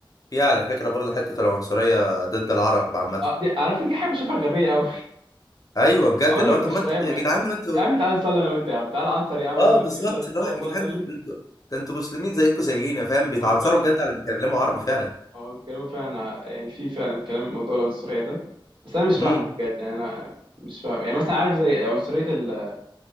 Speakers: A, on the left; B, on the right.
A: فيها على فكره برضه حته العنصريه ضد العرب عامه
B: اه دي عارف دي حاجه بشوفها غبيه قوي
A: ايوه بجد
B: او <laughs> انا
A: اللي هو
B: مش
A: طب ما
B: فاهمها
A: انتوا يا جدعان ما انتوا
B: يا عم تعال نصلي انا وانت يا عم تعال انصر يا عم
A: اه بالظبط
B: يلا
A: اللي
B: اقعد
A: هو يا
B: بقى
A: جدعان
B: صلي
A: ده انتوا ده انتوا مسلمين زيكم زينا فاهم بيتعنصروا
B: هو فعلا
A: بجد على اللي بيتكلموا عربي فعلا
B: هو بيتكلموا فعلا ع- يعني في فعلا كلام موضوع العنصريه ده بس انا مش
A: امم
B: فاهمه بجد يعني انا مش فاهم يعني مثلا عارف زي عنصريه ال...